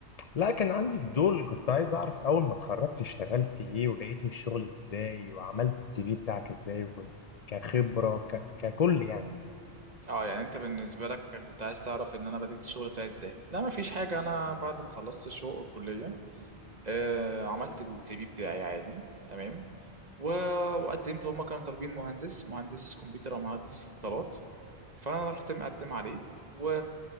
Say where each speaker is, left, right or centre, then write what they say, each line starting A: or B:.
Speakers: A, on the left (about 45°); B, on the right (about 40°).
A: لا كان عندي فضول كنت عايز اعرف اول ما اتخرجت اشتغلت ايه ولقيت الشغل ازاي وعملت السي في بتاعك ازاي وكنت كخبرة ك... ككل يعني
B: اه يعني انت بالنسبة لك كنت عايز تعرف ان انا بدأت الشغل بتاعي ازاي؟ لا مفيش حاجة انا بعد ما خلصت الشغل الكلية آه، عملت السي في بتاعي عادي تمام و... وقدمت هما كانوا طالبين مهندس مهندس كمبيوتر او مهندس اتصالات فانا رحت مقدم عليه و...